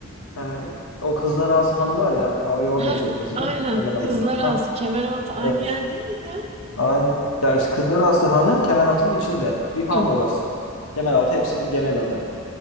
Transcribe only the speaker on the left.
Ha, o Kızlar Ağası Hanı var ya. Kahveyi orada
içiyordunuz
değil mi? Kemeraltı'nda.
Ha,
Evet.
Aynı. Ya işte Kızlarası Hanı Kemeraltı'nın içinde. Bir han
orası. Kemeraltı hepsinin genel adı.